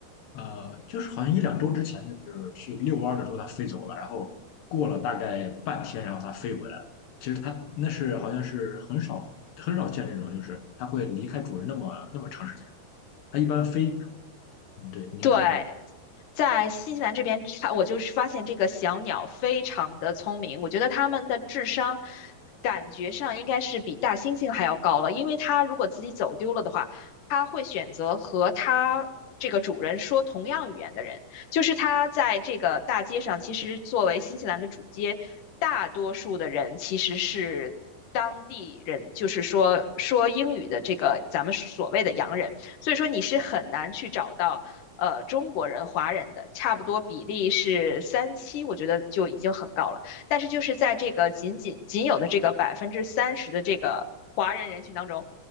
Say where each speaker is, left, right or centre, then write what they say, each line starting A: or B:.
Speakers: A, on the left; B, on the left.
A: 呃，就是好像一两周之前，就是去遛弯儿的时候它飞走了，然后过了大概半天，然后它飞回来了。其实它那是好像是很少很少见这种，就是它会离开主人那么那么长时间。它一般飞，嗯对，您说，
B: 对，在新西兰这边，它我就是发现这个小鸟非常的聪明，我觉得它们的智商感觉上应该是比大猩猩还要高了，因为它如果自己走丢了的话，它会选择和它这个主人说同样语言的人，就是它在这个大街上，其实作为新西兰的主街，大多数的人其实是。当地人就是说说英语的这个咱们所谓的洋人，所以说你是很难去找到。呃中国人、华人的，差不多比例是三七，我觉得就已经很高了。但是就是在这个仅仅仅有的这个百分之三十的这个华人人群当中，